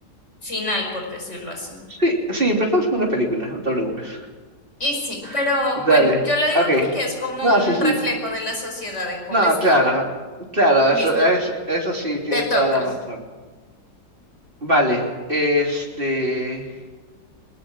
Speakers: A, on the left; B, on the right.
A: final, por decirlo así.
B: sí, sí, pero estamos en una película, no te preocupes.
A: Y sí, pero
B: <laughs> Dale.
A: bueno, yo lo digo
B: Ok.
A: porque es como
B: No,
A: un
B: sí, sí.
A: reflejo de la sociedad en cómo
B: No,
A: está
B: claro.
A: ahora.
B: Claro,
A: Listo,
B: eso, es, eso sí, tienes
A: te toca.
B: toda la razón. Vale. Este.